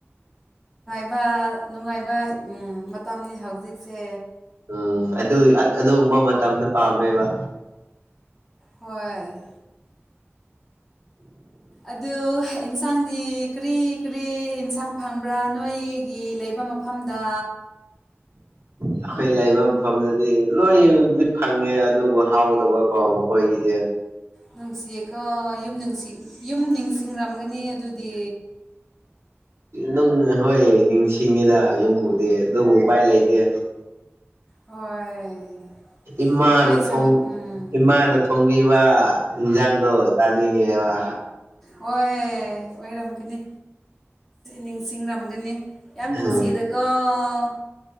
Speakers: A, in the centre; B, on the right.
A: ꯍꯥꯏꯕ ꯅꯨꯡꯉꯥꯏꯕ ꯃꯇꯝꯅꯤ ꯍꯧꯖꯤꯛꯁꯦ
B: ꯎꯝ ꯑꯗꯨ ꯑꯗꯨꯒꯨꯝꯕ ꯃꯇꯝꯗ ꯄꯥꯝꯃꯦꯕ
A: ꯍꯣꯏ ꯑꯗꯨ ꯑꯦꯟꯁꯥꯡꯗꯤ ꯀꯔꯤ ꯀꯔꯤ ꯏꯟꯁꯥꯡ ꯐꯪꯕ꯭ꯔꯥ ꯅꯣꯏꯒꯤ ꯂꯩꯕ ꯄꯤꯛꯄ ꯃꯐꯝꯗ
B: ꯍ ꯑꯩꯈꯣꯏ ꯂꯩꯕ ꯃꯐꯝꯗꯗꯤ ꯂꯣꯏꯠ ꯐꯪꯉꯦ ꯑꯗꯨꯕꯨ ꯍꯥꯎꯗꯕꯀꯣ ꯃꯈꯣꯏꯒꯤꯁꯦ
A: ꯅꯨꯡꯁꯤꯌꯦꯀꯣ ꯌꯨꯝ ꯌꯨꯝ ꯅꯤꯡꯁꯤꯡꯔꯝꯒꯅꯤ ꯑꯗꯨꯗꯤ
B: ꯅꯪ ꯍꯣꯏ ꯅꯤꯡꯁꯤꯡꯉꯤꯗ ꯌꯨꯝꯕꯨꯗꯤ ꯑꯗꯨꯕꯨ ꯎ ꯄꯥꯏ ꯂꯩꯇꯦ
A: ꯍꯣꯏ
B: ꯏꯃꯥꯅ
A: ꯑꯩꯈꯣꯏ ꯁꯪ ꯎꯝ
B: ꯏꯃꯥꯅ ꯊꯣꯡꯕꯤꯕ ꯏꯟꯁꯥꯡꯗꯣ ꯆꯥꯅꯤꯡꯉꯦ ꯋꯥ
A: ꯍ ꯑꯣꯏꯔꯝꯒꯅꯤ ꯅꯤꯡꯁꯤꯡꯔꯝꯒꯅꯤ ꯌꯥꯝ ꯅꯨꯡꯁꯤꯗ
B: ꯎꯝ
A: ꯑꯥ